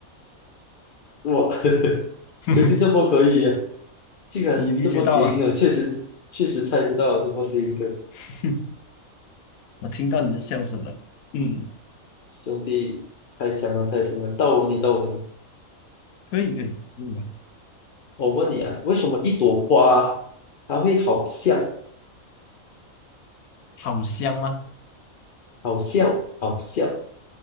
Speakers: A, on the left; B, on the left.
A: 这我 <laughs>
B: <laughs>
A: 兄弟这波可以呀、这个这波谐音梗确实确实猜不到，
B: 你理解到啊？
A: 这波谐音梗，
B: <laughs> 我听到你的笑声了。嗯，
A: 兄弟太强了太强了，到我你到我你。
B: 可以可以，嗯，
A: 我问你啊，为什么一朵花它会好笑？
B: 好香吗？
A: 好笑，好笑，